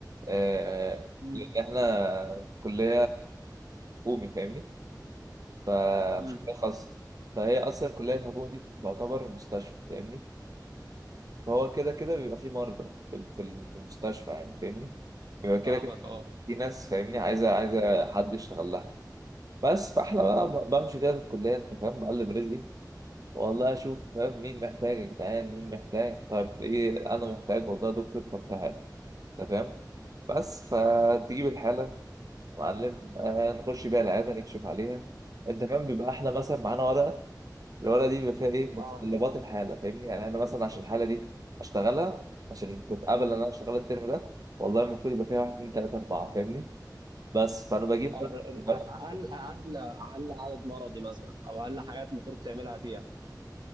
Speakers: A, on the right (about 55°); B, on the right (about 80°).
A: آه
B: امم
A: لأن إحنا كلية حكومي فاهمني فمش
B: امم
A: كلية خاصة فهي أصلا الكلية الحكومي دي تعتبر مستشفى فاهمني فهو كده كده بيبقى فيه مرضى في ال- في ال- في المستشفى يعني فاهمني بيبقى كده
B: فاهمك
A: كده
B: اه
A: في ناس فاهمني عايزة عايزة حد يشتغل لها بس فإحنا بقى ب- بمشي كده في الكلية أنت فاهم بقلب رجلي والله أشوف فاهم مين محتاج يا جدعان مين محتاج طيب إيه أنا محتاج والله يا دكتور طب تعالى انت فاهم بس فتجيب الحاله معلم آه نخش بيها العياده نكشف عليها انت فاهم بيبقى احنا مثلا معانا ورقه الورقه دي بيبقى فيها ايه متطلبات
B: اه
A: الحاله فاهمني يعني انا مثلا عشان الحاله دي اشتغلها عشان تتقبل ان انا اشتغل الترم ده والله المفروض يبقى فيها واحد اتنين تلاته اربعه فاهمني بس فانا بجيب
B: اه ر- ر-
A: بقى-
B: اقل اقل اقل عدد مرضي مثلا او اقل حاجات المفروض تعملها فيها